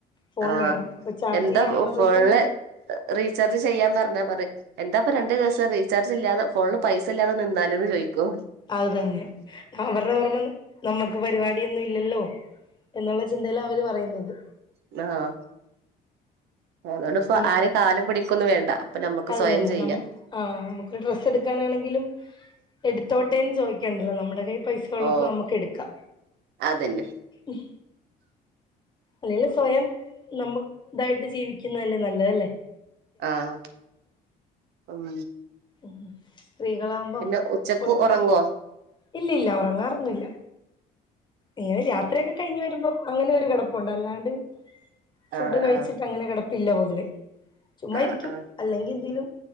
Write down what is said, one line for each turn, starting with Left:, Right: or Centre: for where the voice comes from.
Left: ഫോൺ
Right: ആഹ്
Left: വേണം അപ്പൊ ചാർജ്
Right: എന്താ
Left: ചെയ്യാനുള്ള
Right: ഫോണില്
Left: പൈസൊന്നും
Right: റീചാർജ് ചെയ്യാൻ പറഞ്ഞാ പറയും എന്താപ്പൊ രണ്ട് ദിവസം റീചാർജില്ലാതെ ഫോൺല് പൈസ ഇല്ലാതെ നിന്നാല്ന്ന് ചോയിക്കും
Left: അത് തന്നെ അവര്ടെ ഓർമ്മ നമ്മക്ക് പരിപാടിയൊന്നും ഇല്ലല്ലോ എന്നുള്ള ചിന്തയിലാ അവര് പറയുന്നത്
Right: ങ്ങാഹ് അതോണ്ട്പ്പം
Left: നമ്മക്ക്
Right: ആരേം കാലു പിടിക്കൊന്നും വേണ്ട അപ്പൊ നമ്മുക്ക്
Left: അത്
Right: സ്വയം
Left: തന്നെ
Right: ചെയ്യാം
Left: നമ ആഹ് നമുക്ക് ഡ്രസ്സ് ഇടുക്കാനാണെങ്കിലും എടുത്തോട്ടേന്ന്
Right: ഉം.
Left: ചോയിക്കണ്ടല്ലോ നമ്മുടെ കയ്യില് പൈസ ഒള്ളപ്പോ
Right: ഓ
Left: നമുക്ക് എടുക്കാ
Right: അതന്നെ
Left: ഉം അല്ലേലും സ്വയം നമ്മുക്ക് ഇതായിട്ട് ജീവിക്കുന്നയല്ലേ നല്ലത് അല്ലെ?
Right: ആഹ് ഉം
Left: ഉം സ്ത്രീകളാവുമ്പം
Right: പിന്നെ ഉച്ചക്ക്
Left: പൊതുവേ
Right: ഉറങ്ങോ
Left: ഇല്ലയില്ല ഒറങ്ങാറൊന്നും ഇല്ല ഇങ്ങനെ യാത്രയൊക്കെ കഴിഞ്ഞ് വരുമ്പം അങ്ങനെ ഒരു കെടപ്പുണ്ട് അല്ലാണ്ട് ഫുഡ്
Right: ആ
Left: കഴിച്ചിട്ട്
Right: ആ
Left: അങ്ങനെ കെടപ്പ ക്കത്തില്ല പൊതുവെ ചുമ്മായിരിക്കും
Right: ആ ആ
Left: അല്ലെങ്കി എന്തേലും